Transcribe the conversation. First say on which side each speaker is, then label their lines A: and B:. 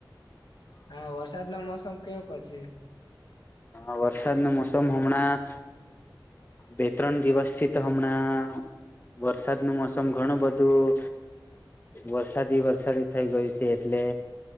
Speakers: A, on the left; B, on the left.
A: હા વરસાદ ના મોસમ કેયો પછી.
B: હા વરસાદ નું મોસમ હમણાં બે ત્રણ દિવસ થી તો હમણાં વરસાદ નું મોસમ ઘણું બધું. વરસાદી વરસાદી થઇ ગયું છે એટલે.